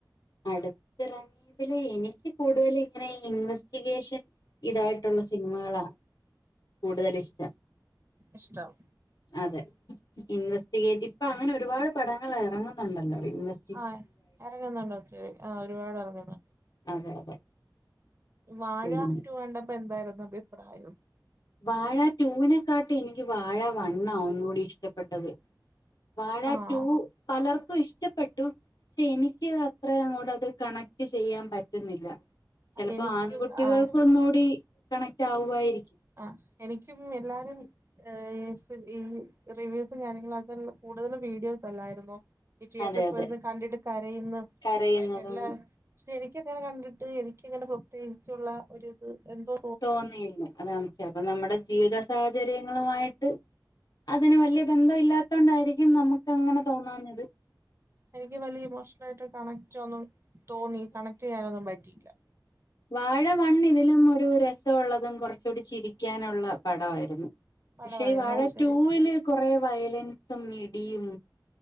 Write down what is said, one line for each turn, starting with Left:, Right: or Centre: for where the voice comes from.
Left: അടുത്തിറങ്ങിയതിൽ എനിക്ക് കൂടുതൽ ഇങ്ങനെ ഇൻവെസ്റ്റിഗേഷൻ ഇതായിട്ടുള്ള സിനിമകളാ കൂടുതൽ ഇഷ്ടം
Right: ഇഷ്ടം
Left: അതെ ഇൻവെസ്റ്റിഗേറ്റ് പ്പൊ അങ്ങനെ ഒരുപാട് പടങ്ങൾ ഇറങ്ങുന്നുണ്ടല്ലോ ഇൻവെസ്
Right: ആഹ് ഇറങ്ങുന്നുണ്ട ഒത്തിരി ആഹ് ഒരുപാട് ഇറങ്ങുന്നുണ്ട്
Left: അതെ അതെ
Right: വാഴാറ്റു
Left: പിന്നെ
Right: കണ്ടപ്പോ എന്തായിരുന്നു അഭിപ്രായം
Left: വാഴ ടുവിനെക്കാട്ടി എനിക്ക് വാഴ വണ്ണാ ഒന്നുകൂടി ഇഷ്ടപ്പെട്ടത് വാഴ
Right: ആഹ്
Left: ടു പലർക്കും ഇഷ് ഷ്ടപ്പെട്ടു ക്ഷെ എനിക്ക് അത്ര അങ്ങോട്ടത് കണക്ട് ചെയ്യാൻ പറ്റുന്നില്ല ചിലപ്പോ
Right: എനിക്കും
Left: ആൺകുട്ടികൾക്ക്
Right: ആഹ്
Left: ഒന്നുകൂടി കണക്ട് ആവുയിരിക്കും
Right: ആഹ് എനിക്കും എല്ലാരും ഏഹ് <unintelligible> ഈ റിവ്യൂസ് കരങ്ങള്ളൊക്കെ ആൾകാര് കൂടുതല് വീഡിയോസ് അല്ലായിന്നോ ഈ തിയേറ്ററി
Left: അതെ അതെ
Right: പോയിന്ന് കണ്ടിട്ട് കരയുന്ന്
Left: കരയുന്നതും
Right: എല്ലാ പക്ഷെ എനിക്ക് എങ്ങനെ കണ്ടിട്ട് എനിക്കങ്ങനെ പ്രത്യേകിച്ചുള്ള ഒരു ഇത് എന്തോ
Left: തോന്നിയില്ല അതണ് ചെലപ്പൊ നമ്മുടെ ജീവിത സാഹചര്യങ്ങളുമായിട്ട് അതിന് വലിയ ബന്ധം ഇല്ലാത്തോട് ണ്ടായിരിക്കും നമുക്ക് അങ്ങനെ തോന്നാഞത്
Right: എനിക്ക് വലിയ ഇമോഷണൽ ആയിട്ട് കണക്ട് ഒന്നും തോന്നി കണക്ട് ചെയ്യാനൊന്നും പറ്റിയില്ല
Left: വാഴവണ്ണ് ഇതിലും ഒരു രസമുള്ളതും കുറച്ചുകൂടി ചിരിക്കാനുള്ള പടവായിരുന്നു
Right: പടമായിരുന്നു
Left: പക്ഷേ വാഴ
Right: അത് ശരി
Left: ടൂവില് കുറെ വയലൻസും മടിയും